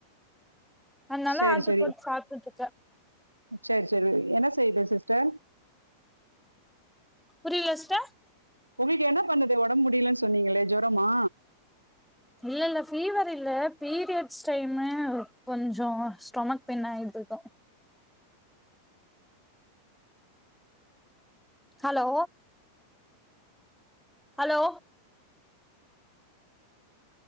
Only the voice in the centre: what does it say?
அதனால
ஆர்டரு
போட்டு சாப்ட்டுட்டு இருக்க
புரில சிஸ்ட
இல்ல இல்ல ஃபீவர் இல்ல ஃபீரியட்ஸ் டைமு கொஞ்சொ ஸ்டொமக் ஃபெயினாயிடு ப்போ ஹலோ ஹலோ